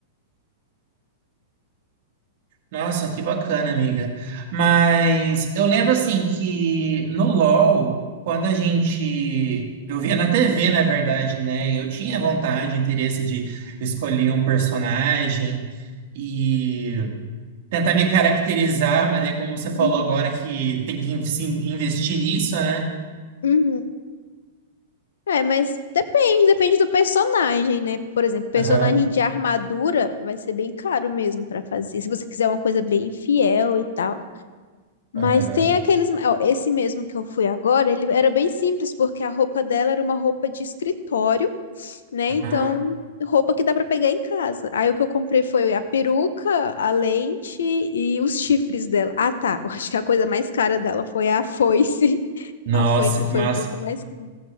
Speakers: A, on the right; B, on the left.
A: Nossa, que bacana, amiga. Mas eu lembro assim que no LoL, quando a gente. Eu via na TV, na verdade, né? E eu tinha vontade, interesse de escolher um personagem e tentar me caracterizar, mas é como você falou
B: Uhum,
A: agora que tem que in- se investir nisso, né?
B: uhum. É, mas depende, depende do personagem, né? Por exemplo, personagem
A: Aham,
B: de armadura vai ser bem caro mesmo para fazer. Se você quiser uma coisa bem fiel e tal. Mas
A: aham.
B: tem aqueles. ó, Esse mesmo que eu fui agora, ele era bem simples, porque a roupa dela era uma roupa de escritório, né? Então,
A: Ah,
B: roupa que dá pra pegar em casa. Aí o que eu comprei foi a peruca, a lente e os chifres dela. Ah, tá. <laughs> Eu acho que a coisa mais cara dela foi a foice. <laughs>
A: nossa,
B: A foice
A: que
B: foi
A: massa.
B: um pouco mais cara.